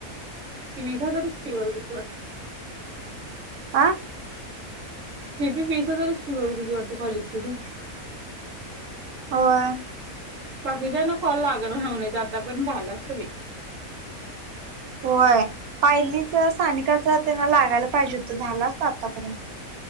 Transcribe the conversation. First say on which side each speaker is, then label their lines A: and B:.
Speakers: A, on the right; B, on the right.
A: वीस हजारच फी भरत होती वाटतं
B: आ.
A: हे बी वीस हजारच फी भरून गेली वाटतं, कॉलेजची फी
B: होय.
A: बाकीच्याना कॉल लागना नव्ह नाही, आतापर्यंत झाला असत बाई
B: होय पायलीचं, सानिकाच ना त्यांना लागायला पाहिजे होत, झालं असत आतापर्यंत